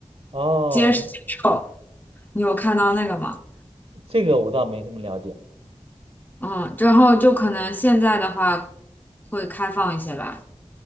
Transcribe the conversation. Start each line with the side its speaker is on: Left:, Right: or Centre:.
Right: 哦，
Left: 接接受，你有看到那个吗？
Right: 这个我倒没什么了解。
Left: 嗯，然后就可能现在的话会开放一些吧。